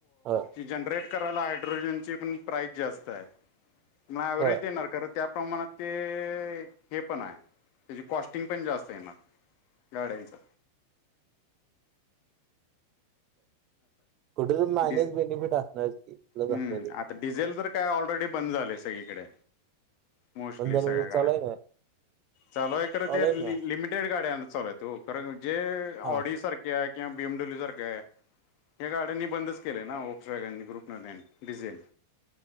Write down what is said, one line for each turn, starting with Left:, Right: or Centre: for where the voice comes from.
Right: होय
Left: ते जनरेट करायला हायड्रोजनची पण प्राइस जास्त आहे. मग ऍव्हरेज
Right: होय
Left: देणार कारण त्या प्रमाणात ते हे पण आहे त्याची कॉस्ट फि पण जास्त येणार गाड्यांची
Right: कुठं तर मायनस
Left: डिझ
Right: बेनिफिट असणार की प्लस
Left: हम्म
Right: असणार ते
Left: आता डिझेल तर काय ऑलरेडी बंद झालंय सगळीकडे. मोस्टली
Right: बंद झालं
Left: सगळ्या
Right: म्हणजे
Left: गाड्या
Right: चालू आहे ना
Left: चालू आहे खरं
Right: चालू
Left: ते
Right: आहेत ना
Left: लिमिटेड गाड्या. चालू आहेत ओ कारण जे
Right: हा
Left: ऑडी सारखे आहे किंवा बि एम डब्ल्यू सारख्या या गाड्यांनी बंदच केलंय ना ओक्स वॅगननी ग्रुप वाल्यांनी डिझेल.